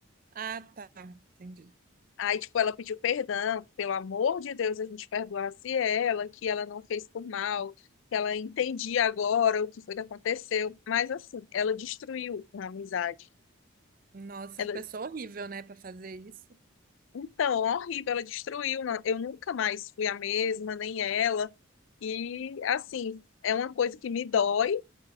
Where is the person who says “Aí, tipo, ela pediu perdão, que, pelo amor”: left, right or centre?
Left